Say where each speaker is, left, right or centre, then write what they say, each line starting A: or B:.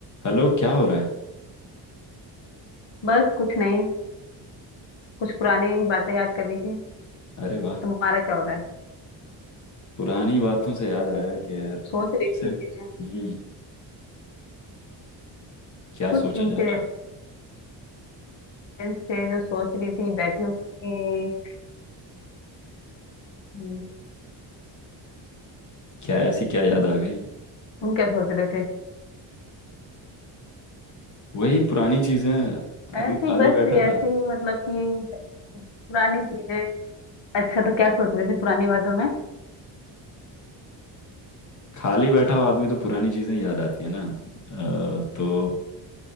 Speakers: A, on the left; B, on the left.
A: Hello क्या हो रहा है
B: बस कुछ नहीं कुछ पुरानी बातें याद कर रही थी
A: अरे वाह
B: तुम्हारा क्या हो रहा है
A: पुरानी बातों से याद आया कि यार
B: सोच
A: कैसे
B: रही
A: हम्म
B: थी
A: क्या
B: कुछ
A: सोचा
B: इंसिडेंट
A: जा रहा
B: थे जो सोच रही थी बैठी हुई थी हम्म,
A: क्या ऐसी क्या याद आ गई
B: तुम क्या सोच रहे थे
A: वही पुरानी चीजें
B: ऐसी
A: अभी खाली
B: बस
A: बैठा
B: ऐसी
A: था
B: मतलब कि पुरानी चीजें अच्छा तो क्या सोच रहे थे पुरानी बातों में
A: खाली बैठा हुआ आदमी तो पुरानी चीजें याद आती है ना अ, तो